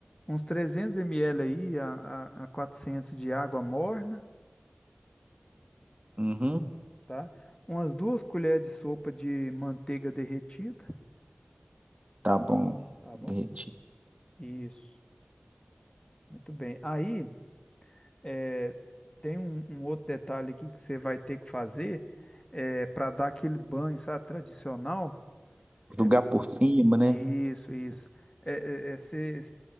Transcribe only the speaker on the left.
Uns 300 ml aí a, a, a 400 de água morna,
tá? Umas duas colheres de sopa de manteiga derretida,
tá bom?
Isso. Muito bem. Aí, é, tem um, um outro detalhe aqui que você vai ter que fazer é, para dar aquele banho, sabe, tradicional. é
Isso, isso. É, você